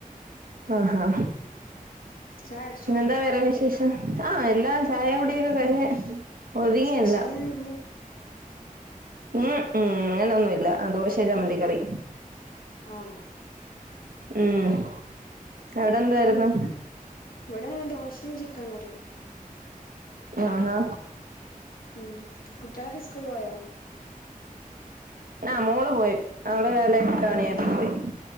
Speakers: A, on the right (about 80°); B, on the left (about 80°).
A: ആഹാ
B: ചായ കുടിച്ചോ
A: പിന്നെന്താ വേറെ വിശേഷം ആഹ് എല്ലാ ചായ കൂടിയൊക്കെ കഴിഞ്ഞ് ഒത്ങ്ങിയെല്ലാം
B: സ്പെഷ്യൽ എന്തായിരുന്നു
A: ഉം ഉം അങ്ങനൊന്നുമില്ല ദോശേം ചമ്മന്തി കറി
B: ആഹ്
A: ഉം അവിടെന്തുവാരുന്നു
B: പിന്നെ ഇവിടെ ദോശേം ചിക്കൻ കറിം
A: ആഹാ
B: ഉം കുട്ട്യളക്കെ സ്കൂള് പോയോ
A: ആഹ് മോള് പോയി അവള് രാലെ എട്ട് മണിയായപ്പോ പോയി